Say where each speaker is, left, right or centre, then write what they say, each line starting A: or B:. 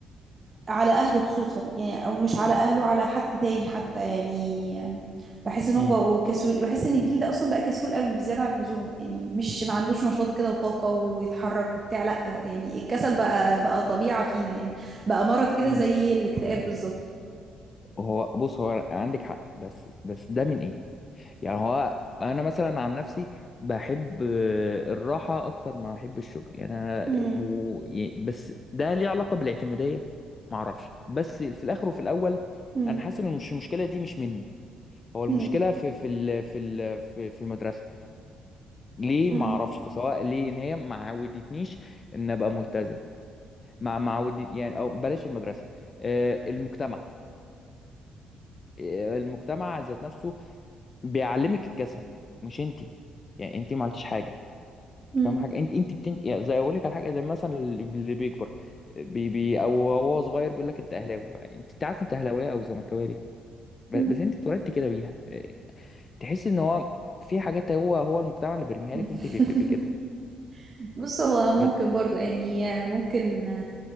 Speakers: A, on the right (about 35°); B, on the left (about 35°).
A: على اهله خصوصا يعني او مش على اهله على حد تاني حتى يعني بحس انهم
B: امم
A: بقوا كسول بحس ان الجيل ده اصلا بقى كسول قوي بزياده عن اللزوم يعني مش ما عندوش نشاط كده وطاقه ويتحرك وبتاع لا يعني الكسل بقى بقى طبيعه فينا يعني بقى مرض كده
B: امم
A: زي الاكتئاب بالظبط
B: هو بص هو عندك حق بس بس ده من ايه يعني هو انا مثلا عن نفسي بحب آه، الراحة اكتر ما بحب الشغل يعني انا
A: مم.
B: و... ي- بس ده ليه علاقة بالاعتمادية معرفش بس في الاخر وفي الاول
A: مم.
B: انا حاسس ان مش المشكلة دي مش مني هو المشكلة
A: مم.
B: في في ال... في ال... في في المدرسة ليه
A: مم.
B: ما اعرفش بس هو ليه ان هي ما عودتنيش ان ابقى ملتزم ما ما عودت يعني او بلاش المدرسه آه، المجتمع آه، المجتمع ذات نفسه بيعلمك الكسل مش انتي يعني انتي ما عملتيش حاجه
A: مم.
B: فاهم حاجه انت انت بتنت يعني زي اقول لك على حاجه زي مثلا اللي بيكبر بي بي او هو صغير بيقول لك انت اهلاوي انت أنت عارف انت اهلاويه او زملكاويه ليه ب-
A: مم.
B: بس انت اتولدت كده بيها آه، تحس ان هو في حاجات هو هو المجتمع اللي بيرميها
A: مم.
B: لك
A: <laughs>
B: وانت اللي بتبقي كده
A: بص هو ممكن
B: ب-
A: برضو يعني ممكن